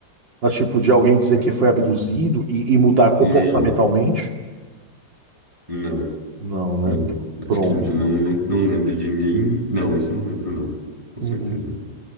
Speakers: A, on the right; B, on the right.
A: Ah, tipo, de alguém dizer
B: Ah,
A: que foi abduzido e, e mudar comportamentalmente?
B: Não, não,
A: Não, né?
B: não.
A: P- Pronto.
B: Acho que não, não, não lembro de ninguém. Não, isso eu não lembro, não. Com certeza
A: Uhum.
B: não.